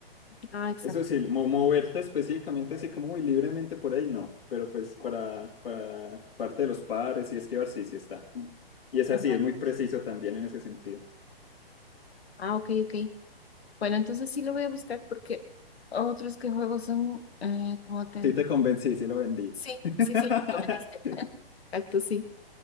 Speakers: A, on the left; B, on the left.
A: Ah, exacto.
B: Eso sí, mo- moverte específicamente así como muy libremente por ahí, no, pero pues para, para parte de los pares y esquivar, sí, sí está. Y es así,
A: Ajá.
B: es muy preciso también en ese sentido.
A: Ah, ok, ok. Bueno, entonces sí lo voy a buscar porque otros que juego son, eh, como te...
B: Sí te convencí, sí lo vendí.
A: Sí,
B: <laughs>
A: sí, sí, lo viste. <laughs> Exacto, sí,